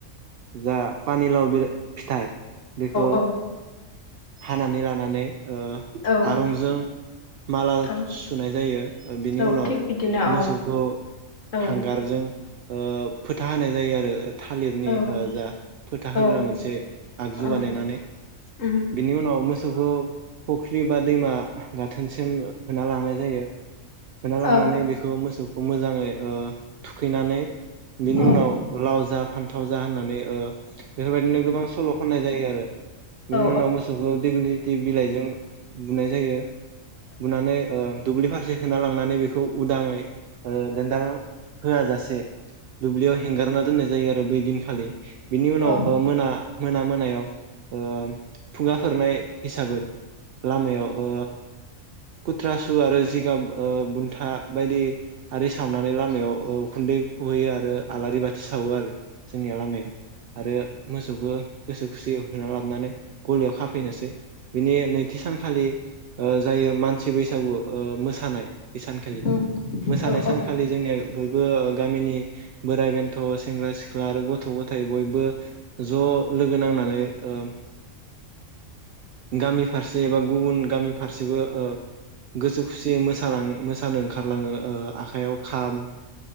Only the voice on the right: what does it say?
जा पानिलाव बि फिथाइ बेखौ
हानानै लानानै ओ
आरंजों माला
सुनाय जायो बिनि
उनाव
मोसौखौ
हांगारजों ओ फोथा होनाय जायो आरो थालिरनि
ओ जा फोथा होग्रा
मोनसे आगजु
बानायनानै
बिनि उनाव मो मोसौखौ फुख्रि बा दैमा गाथोनसिम होना लाङो जायो होना लांनानै
बेयो मोसौखौ मोजाङै ओ थुखैनानै बिनि
उनाव लाव जा फान्थाव जा होननानै ओ बेफोरबायदिनो गोबां सल खननाय जायो आरो बिनि
उनाव मोसौखौ दिगलिथि बिलाइजों बुनाय जायो। बुनानै ओ दुब्लि फारसे होना लांनानै बेखौ उदाङै ओ दोनदाल होआ जासे दुब्लियाव हेंगारना दोननाय जायो आरो बै दिनखालि बिनि उनाव
ओ मोना मोना मोनायाव ओ खुगाफोरनाय हिसाबै। लामायाव ओ खुथ्रा सु आरो जि गाब ओ बुन्था बायदि आरि सावनानै लामायाव ओ उखुन्दै खुहैयो आरो आलारि बाथि सावो आरो जोंनिया लामाया आरो मोसौखो गोसो खुसियो होना लाबोनानै गलियाव खाफैनोसै। बिनि नैथि सानखालि ओ जायो मानसि बैसागु ओ मो मोसानाय बे सानखालि।
मोसानाय
सानखालि
जोंनि ओ बयबो गामिनि बोराइ बेन्थ सेंग्रा सिख्ला आरो गथ' गथाय बयबो बो ज लोगो नांनानै ओ गामि फारसे एबा गुबुन गामि फारसेबो ओ गोसो खुसियै मोसालां-मोसानो ओंखारलाङो ओ आखाइयाव खाम